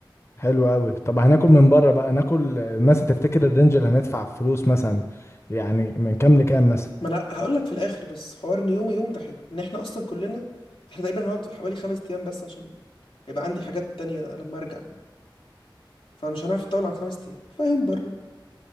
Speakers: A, on the left; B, on the left.
A: حلو قوي طب هناكل من بره بقى ناكل آه، مثلا تفتكر الرينج اللي هندفع فلوس مثلا يعني من كام لكام مثلا
B: ما انا هقول لك في الاخر بس حوار ان يوم يوم ده حلو ان احنا اصلا كلنا احنا تقريبا هنقعد حوالي خمس ايام بس عشان هيبقى عندي حاجات تانية لما ارجع فمش هنعرف نطول عن خمس ايام فيوم بره